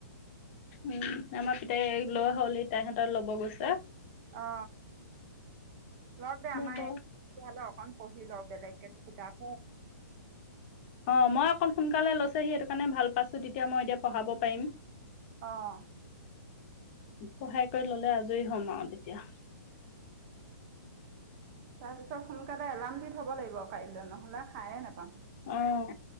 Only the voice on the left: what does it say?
উম আমাৰ পিতাই লৈ হ'লি তাইহঁতৰ লব গৈছে।
যাব
অ মই অকণ সোনকালে লৈছেহি সেইটো কাৰণে ভাল পাইছো তেতিয়া মই এতিয়া পঢ়াব পাৰিম।
সহায় কৰি ললে আজৰি হ'ম আৰু দে। এতিয়া।
আহ